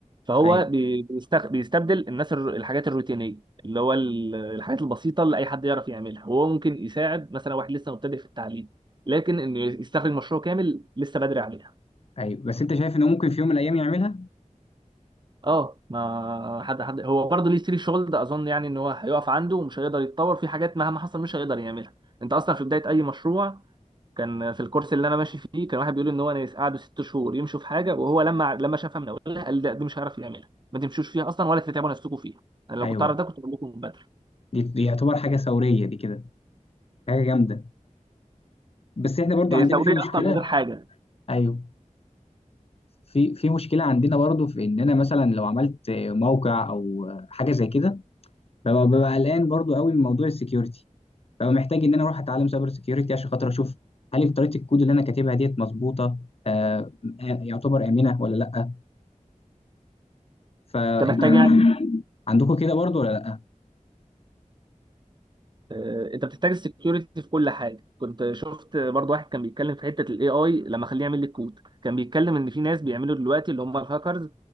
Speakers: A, on the right; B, on the left.
A: فهو
B: ايوه
A: بي- بيست- بيستبدل الناس الر- الحاجات الروتينيه اللي هو ال- الحاجات البسيطه اللي اي حد يعرف يعملها وهو ممكن يساعد مثلا واحد لسه مبتدئ في التعليم لكن انه يستخرج مشروع كامل لسه بدري عليها
B: ايوه بس انت شايف انه ممكن في يوم من الايام يعملها
A: اه ما حد حد هو برضه ليه سري شغل ده اظن يعني ان هو هيقف عنده ومش هيقدر يتطور في حاجات مهما حصل مش هيقدر يعملها انت اصلا في بدايه اي مشروع كان في الكورس اللي انا ماشي فيه كان واحد بيقول ان هو ناس قعدوا ست شهور يمشوا في حاجه وهو لما لما شافها من اولها قال لا دي مش هيعرف يعملها ما تمشوش فيها اصلا ولا تتعبوا نفسكم فيها انا لو
B: ايوه
A: كنت اعرف ده كنت اقول لكم من بدري
B: دي دي يعتبر حاجه ثوريه دي كده حاجه جامده بس احنا برضو
A: هي
B: عندنا
A: ثوريه
B: في مشكله
A: اصلا من غير حاجه
B: ايوه في في مشكله عندنا برضو في ان انا مثلا لو عملت موقع او حاجه زي كده ببقى ببقى قلقان برضو قوي من موضوع السكيورتي ببقى محتاج ان انا اروح اتعلم سايبر سكيورتي عشان خاطر اشوف هل طريقه الكود اللي انا كاتبها ديت مظبوطه آه آه، يعتبر امنه ولا لا فانت
A: انت محتاج يعني
B: عندكم كده برضو ولا لا
A: آه، انت بتحتاج السكيورتي في كل حاجه كنت شفت برضو واحد كان بيتكلم في حته الاي اي لما خليه يعمل لي كود كان بيتكلم ان في ناس بيعملوا دلوقتي اللي هم الهاكرز